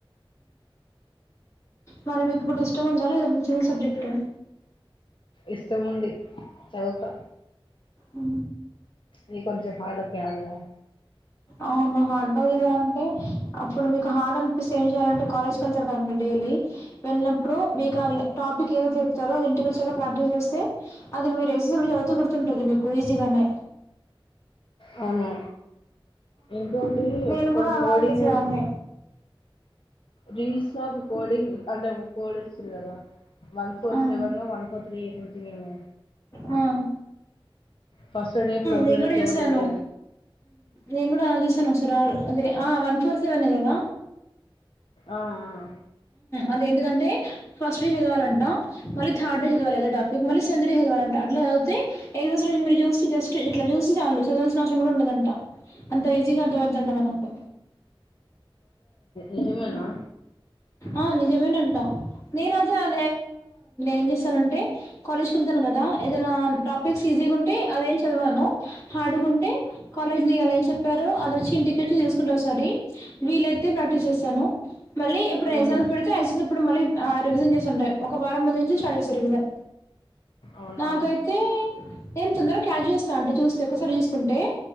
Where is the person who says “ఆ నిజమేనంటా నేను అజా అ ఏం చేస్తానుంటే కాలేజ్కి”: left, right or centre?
Left